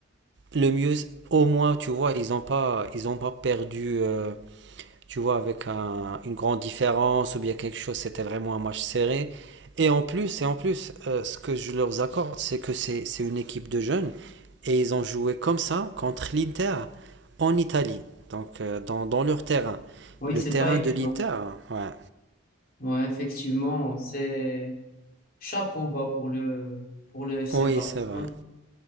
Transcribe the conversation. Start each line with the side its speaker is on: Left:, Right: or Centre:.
Right: le mieux, au moins, tu vois, ils n'ont pas, ils ont pas perdu euh, tu vois, avec un- une grande différence ou bien quelque chose, c'était vraiment un match serré. Et en plus, et en plus, euh, ce que je leur accorde, c'est que c'est c'est une équipe de jeunes et ils ont joué comme ça contre l'Inter en Italie, donc euh, dans, dans leur terrain.
Left: Oui,
Right: Le
Left: c'est
Right: terrain
Left: pas évident.
Right: de l'Inter, ouais.
Left: Ouais, effectivement, c'est Chapeau bas pour le, pour le FC
Right: Oui,
Left: Barcelone.
Right: c'est vrai.